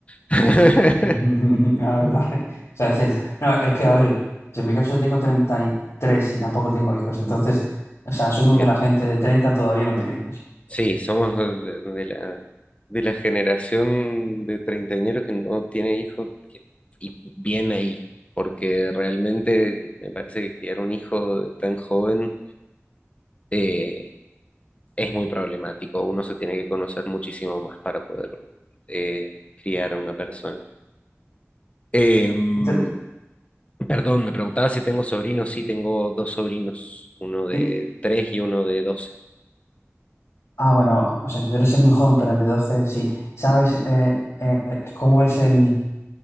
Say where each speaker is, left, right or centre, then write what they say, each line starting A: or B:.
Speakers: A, on the left; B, on the left.
A: <laughs>
B: <laughs> La verdad. O sea, es cierto. No, es que, a ver, si en mi caso yo tengo treinta y tres y tampoco tengo hijos, entonces, o sea, asumo
A: Bien,
B: que la gente de 30 todavía no tiene hijos.
A: sí, somos de, de la, de la generación de treintañeros que no tiene hijos y, que- y bien ahí, porque realmente me parece que criar un hijo de tan joven eh, es muy problemático. Uno se tiene que conocer muchísimo más para poder eh, criar a una persona. Em,
B: Ent-
A: Perdón, me preguntaba si tengo sobrinos. Sí, tengo dos sobrinos, uno de
B: y-
A: tres y uno de doce.
B: ah, bueno, o sea, 33 es muy joven, pero entre 12 sí. ¿Sabes eh, eh, eh, cómo es el,